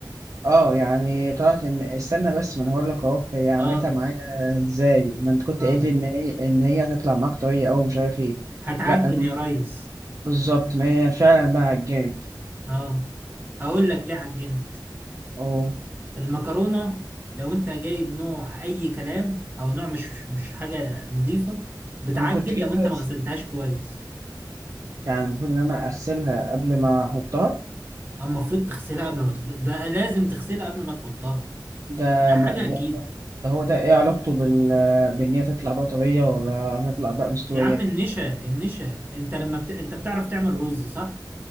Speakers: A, on the right (about 45°); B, on the right (about 25°).
A: اه يعني طلعت من استنى بس ما انا هقول لك اهو هي عملتها
B: اه
A: معايا ازاي ما انت كنت
B: اه
A: قايل لي ان هي ان هي هتطلع معاك طريه او مش عارف ايه
B: هتعجن
A: لا الم-
B: يا ريس
A: بالظبط ما هي فعلا بقى عجنت
B: اه هقول لك ليه عجنت
A: اه
B: المكرونة لو انت جايب نوع اي كلام او نوع مش مش حاجة نظيفة بتعجن
A: انا كنت جايبها
B: لو انت ما غسلتهاش كويس
A: يعني المفروض ان انا اغسلها قبل ما احطها
B: اما المفروض تغسلها قبل ما تحط ده لازم تغسلها قبل ما تحطها
A: ده
B: ده
A: ما
B: حاجة
A: ده,
B: اكيد
A: ده هو ده ايه علاقته بال بان هي تطلع بقى طريه ولا هتطلع بقى مستويه
B: يا عم النشا النشا انت لما بت... انت بتعرف تعمل رز صح